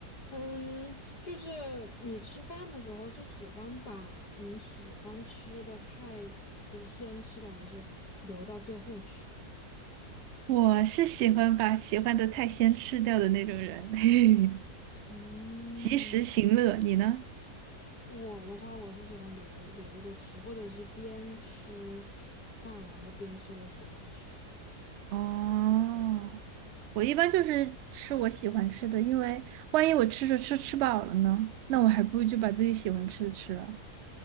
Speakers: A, on the left; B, on the right.
A: 嗯，就是你吃饭的时候是喜欢把你喜欢吃的菜就是先吃掉，还是留到最后吃？
B: 我是喜欢把喜欢的菜先吃掉的那种人，<laughs>
A: 嗯，
B: 及时行乐。你呢？
A: 我的话我是喜欢留留着吃，或者是边吃饭然后边吃我喜欢吃的。
B: 哦，我一般就是吃我喜欢吃的，因为万一我吃着吃吃饱了呢，那我还不如就把自己喜欢吃的吃了。